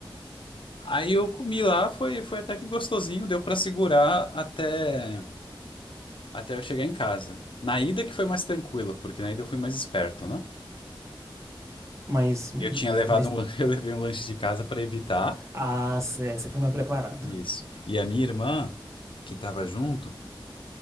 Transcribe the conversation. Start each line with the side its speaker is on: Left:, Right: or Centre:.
Left: Aí eu comi lá, foi, foi até que gostosinho, deu pra segurar até, até eu chegar em casa. Na ida que foi mais tranquilo, porque na ida eu fui mais esperto, né?
Right: Mas, mas,
Left: Eu tinha levado
Right: mas-
Left: um, <laughs> eu levei um lanche de casa pra evitar.
Right: ah, cê- você foi mais preparado.
Left: Isso. E a minha irmã, que estava junto,